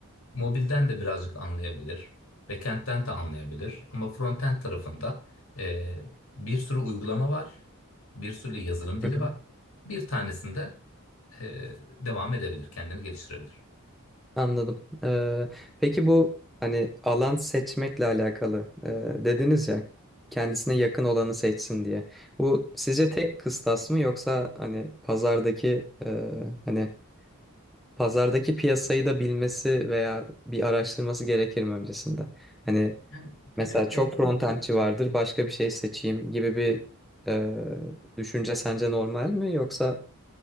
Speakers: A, on the left; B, in the centre.
A: mobilden de birazcık anlayabilir. Backend'den de anlayabilir. Ama frontend tarafında ee, bir sürü uygulama var. Bir sürü yazılım dili
B: Hı hı.
A: var. Bir tanesinde ee, devam edebilir. Kendini geliştirebilir.
B: Anladım. Ee, peki bu hani alan seçmekle alakalı ee, dediniz ya kendisine yakın olanı seçsin diye. Bu sizce tek kıstas mı yoksa hani pazardaki ee, hani pazardaki piyasayı da bilmesi veya bir araştırması gerekir mi öncesinde? Hani
A: Yani tabii
B: mesela
A: ki
B: çok frontendçi vardır başka bir şey seçeyim gibi bir ee, düşünce sence normal mi yoksa